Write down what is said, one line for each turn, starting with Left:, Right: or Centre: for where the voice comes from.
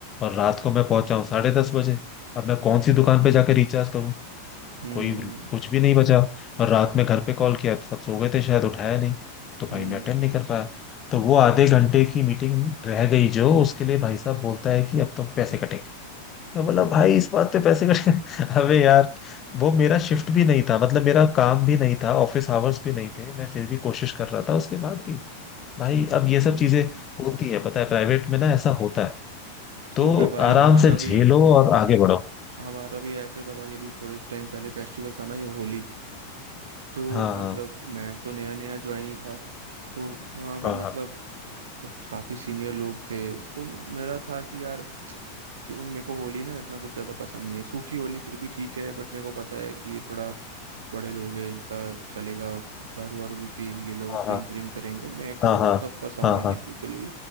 Left: और रात को मैं पहुंचा हूँ साढ़े दस बजे अब मैं कौन सी दुकान पे जाके रिचार्ज करूँ
Right: हम्म
Left: कोई कुछ भी नहीं बचा और रात में घर पे कॉल किया तो सब सो गए थे शायद उठाया नहीं तो भाई
Right: हम्म
Left: मैं अटेंड नहीं कर पाया तो वो आधे घंटे की मीटिंग रह गई जो उसके लिए भाई साहब बोलता है कि अब तो पैसे कटेंगे मैं बोला
Right: अच्छा
Left: भाई इस बात पे पैसे कट <laughs> अबे यार वो मेरा शिफ्ट भी नहीं था मतलब मेरा काम भी नहीं था ऑफिस आवर्स भी नहीं थे मैं फिर भी कोशिश कर रहा था उसके बाद भी भाई अब ये सब
Right: हम्म
Left: चीजें होती है पता है प्राइवेट में ना ऐसा होता है तो
Right: तो क्या भाई
Left: आराम
Right: हमारा
Left: से झेलो
Right: भी
Left: और आगे बढ़ो
Right: हमारा भी ऐसे था भाई अभी थोड़े टाइम पहले फेस्टिवल था ना ये होली तो
Left: हाँ
Right: मतलब मैं तो नया नया ज्वाइन ही था तो वहां पे
Left: हाँ
Right: मतलब
Left: हाँ
Right: कुछ काफी सीनियर लोग थे तो मेरा था कि यार ठीक- मेरे को होली ना इतना कुछ ज्यादा पसंद नहीं है सूखी होली फिर भी ठीक है बट मेरे को पता है कि ये थोड़ा बड़े लोग हैं इनका चलेगा दारू वारू भी पियेंगे ये लोग
Left: हाँ
Right: ड्रिंक व्रिंक करेंगे मेरे को
Left: हाँ हाँ हाँ
Right: सब पसंद
Left: हाँ हाँ
Right: नहीं
Left: हाँ,
Right: है बिल्कुल भी